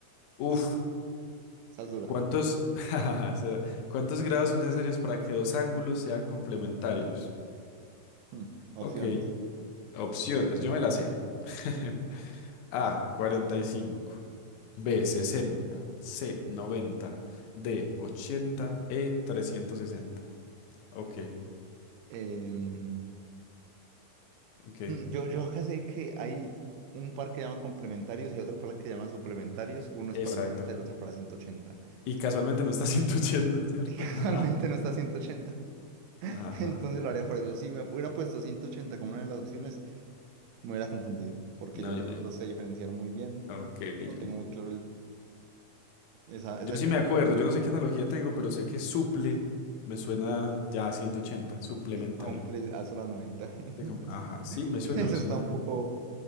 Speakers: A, on the left (about 85°); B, on the right (about 80°).
A: uf,
B: Esa es dura.
A: ¿cuántos, <laughs> jajaja, será, ¿cuántos grados son necesarios para que dos ángulos sean complementarios?
B: Hmm, Opciones.
A: Ok, opciones, yo me la sé. <laughs> A, 45, B, 60, C, 90, D, 80, E, 360. Ok,
B: Em,
A: ok,
B: hmm, yo, yo acá sé que hay un par que llaman complementarios y hay otro par que llaman suplementarios. Uno es
A: exacto.
B: para 90, el otro para 180.
A: Y casualmente no está <laughs> 180, ¿cierto?
B: <laughs> Casualmente
A: <laughs>
B: no está 180. <laughs>
A: Ajá.
B: Entonces lo haría por eso. Si me hubieran puesto 180 como una de las opciones, me hubiera confundido, porque
A: No,
B: yo
A: yo,
B: no
A: yo-
B: lo sé diferenciar muy bien.
A: ok,
B: No
A: yo,
B: tengo muy claro el- esa,
A: Yo
B: esa diferencia.
A: sí me acuerdo, yo no sé qué analogía tengo, pero sé que suple me suena ya a 180, suplementario.
B: Y comple a solo noventa <laughs> Eso,
A: De com- Ajá, sí, me suena,
B: eso
A: me suena.
B: está un poco